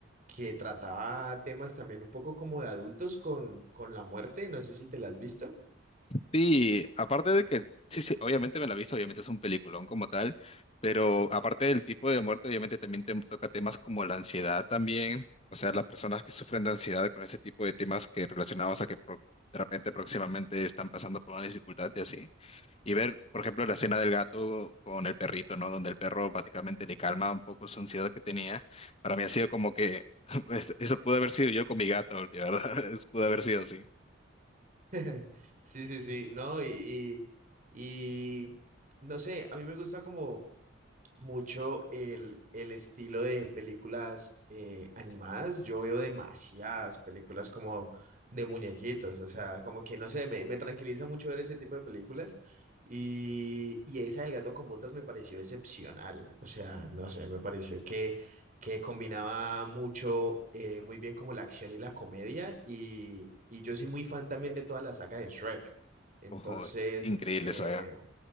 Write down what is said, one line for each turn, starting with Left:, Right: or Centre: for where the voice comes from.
Right: que trataba temas también un poco como de adultos con, con la muerte, no sé si te la has visto.
Left: Sí, aparte de que, sí, sí, obviamente me la he visto, obviamente es un peliculón como tal, pero aparte del tipo de muerte, obviamente también te toca temas como la ansiedad también, o sea, las personas que sufren de ansiedad con ese tipo de temas que relacionados a que pro- de repente próximamente están pasando por una dificultad y así. Y ver, por ejemplo, la escena del gato con el perrito, ¿no? Donde el perro básicamente le calma un poco su ansiedad que tenía. Para mí ha sido como que, <laughs> eso pudo haber sido yo con mi gato, de verdad, <laughs> pudo haber sido así.
Right: <laughs> Sí, sí, sí, no, y, y, y no sé, a mí me gusta como mucho el, el estilo de películas eh, animadas. Yo veo demasiadas películas como de muñequitos, o sea, como que no sé, me, me tranquiliza mucho ver ese tipo de películas y, y esa del gato con botas me pareció excepcional, o sea, no sé, me pareció que, que combinaba mucho, eh, muy bien como la acción y la comedia y, y yo soy muy fan también de toda la saga de Shrek, entonces,
Left: Ojo, increíble
Right: eh,
Left: saga.